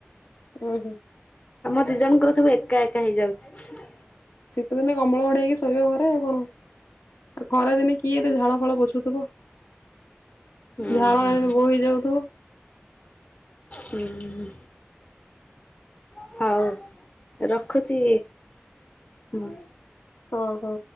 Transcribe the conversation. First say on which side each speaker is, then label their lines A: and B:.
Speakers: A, on the left; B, on the left.
A: ଉ ହୁଁ।
B: ଆମ ଦି ଜଣଙ୍କର ସବୁ ଏକା ଏକା ହେଇଯାଉଚି।
A: ତ ଦିନେ କମଳ ଘୋଡ଼େଇ ହେଇକି ଶୋଇବ ଘରେ ଆଉ କଣ। ଖରା ଦିନେ କିଏ ଏତେ ଝାଳ ଫାଳ ପୋଛୁଥୁବ।
B: ଓହୋ
A: ଝାଳରେ ବୋହି ଯାଉଥୁବ।
B: ହୁଁ। ହଉ ରଖୁଚି ହୁଁ।
A: ଓ ହୋ।